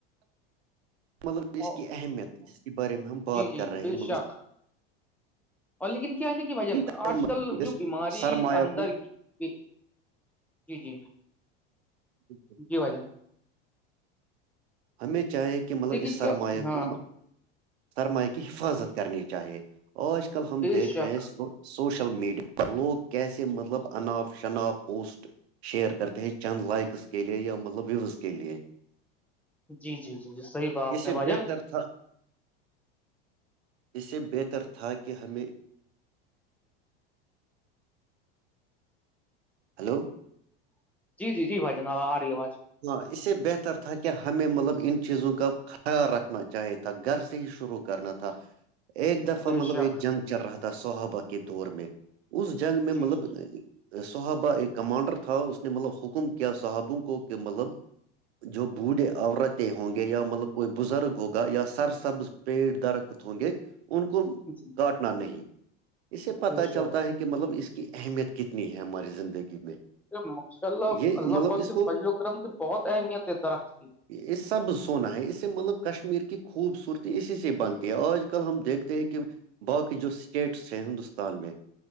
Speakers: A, on the right; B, in the centre.
A: ملک
B: اور
A: اس کی اہمیت جس کے بارے میں ہم بات
B: جی جی
A: کر رہے
B: بے
A: ہیں ملک
B: شک اور لیکن کیا ہے ن کہ بھجن
A: مطلب
B: آج کل جو
A: اس
B: بیماری
A: سرمایہ
B: اندر
A: کو
B: کی جی جی
A: جییک ہے
B: جی بائی جان
A: ہمیں چاہے کہ مطلب
B: دیکھیے
A: اس
B: کیا
A: سرمایہ
B: ہاں
A: کو سرما کی حفاظت کرنی چاہیے آج کل ہم
B: بے
A: دیکھ
B: شک
A: رہے ہیں سوشل میڈیا پر لوگ کیسے مطلب انناف شناف پوسٹ شیئر کرتے ہیں چند لائکس کے لیئے یا مطلب ویوز کے لیئے
B: جی جی جی جی صحیح کہا آپ
A: اسے
B: نے بھائی
A: بہتر
B: جان
A: تھا اس سے بہتر تھا کہ ہمیں ہلو
B: جی جی جی بھائی جناب آ رہی آواز
A: ہاں اس سے بہتر تھا کہ ہمیں مطلب ان چیزوں کا خیال رکھنا چاہے تھا گھر سے ہی شروع کرنا تھا ایک دفعہ
B: بے
A: مطلب
B: شک
A: ایک جنگ چل رہا تھا صحابہ کے دور میں اس جنگ میں
B: جی
A: مطلب
B: جی
A: صحابہ ایک کمانڈر تھاؤ اس نے مطلب حکم کیا صحابقک کہ مطلب جو بوڑھے عورتیں ہوں گے یا مطلب کوئی بزرگ ہوگ یا سر سبز پیٹ درخت ہوں گے ان کو
B: جی
A: پٹنا نہیں اسے پتا
B: بے شک
A: چلتا ہے کہ مطلب اس کی اہمیت کتنی ہے ہماری زندگی میں
B: ماشاء اللہ
A: یہ
B: اللہ
A: مطلب
B: پاک
A: اس
B: کے
A: کو
B: فرل وکرم سے بہت اہمیت ہے درخت کی
A: یہ سب سونا ہے اس سے مطلب کشمیر کی خوبصورتی اسی سے بنتی ہے آج کل ہم دیکھتے ہیں کہ باقی جو اسٹیٹس ہیں ہندوستان میں